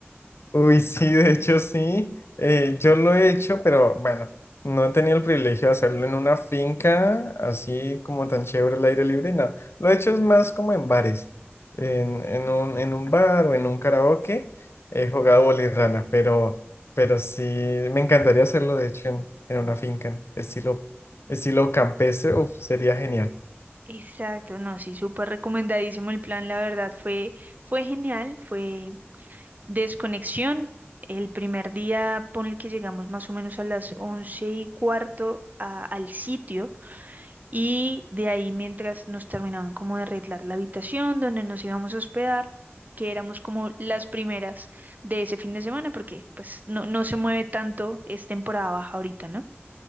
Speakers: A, on the left (about 65°); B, on the right (about 40°).
A: Uy, sí, de hecho sí. Eh, yo lo he hecho, pero bueno, no he tenido el privilegio de hacerlo en una finca así como tan chévere al aire libre, no. Lo he hecho es más como en bares, en, en un, en un bar o en un karaoke. He jugado bolirrana, pero, pero sí, me encantaría hacerlo de hecho en, en una finca, en estilo, estilo campestre, uf, sería genial.
B: Exacto, no, sí, súper recomendadísimo el plan, la verdad fue, fue genial, fue desconexión. El primer día, ponle que llegamos más o menos a las once y cuarto a- al sitio. Y de ahí, mientras nos terminaban como de arreglar la habitación donde nos íbamos a hospedar, que éramos como las primeras de ese fin de semana, porque pues no, no se mueve tanto, es temporada baja ahorita, ¿no?